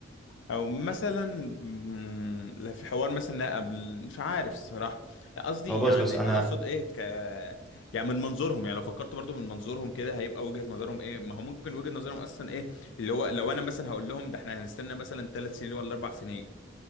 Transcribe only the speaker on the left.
او مثلا مم، لا في حوار مثلا قبل مش عارف الصراحه قصدي
يعني
اقصد ايه ك يعني من منظورهم يعني لو فكرت برضو من منظورهم كده هيبقى وجهه نظرهم ايه ما هو ممكن وجهه نظرهم اصلا ايه اللي هو لو انا مثلا هقول لهم ده احنا هنستنى مثلا ثلاث سنين ولا اربع سنين